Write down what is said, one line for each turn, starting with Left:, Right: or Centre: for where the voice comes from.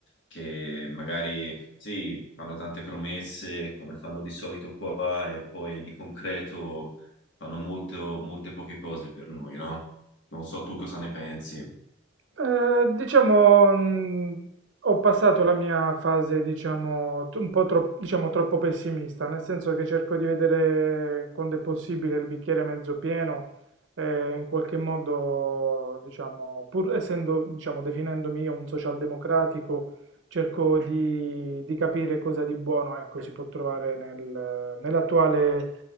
Left: che magari sì, fanno tante promesse come fanno di solito qua e poi di concreto fanno molto, molte poche cose per noi, no? Non so tu cosa ne pensi.
Right: Eh, diciamo, mh, ho passato la mia fase, diciamo, t- un po' tro- diciamo, troppo pessimista, nel senso che cerco di vedere quando è possibile il bicchiere mezzo pieno, eh, in qualche modo, diciamo, pur essendo, diciamo, definendomi io un socialdemocratico, cerco di, di capire cosa di buono, ecco, si può trovare nel- nell'attuale,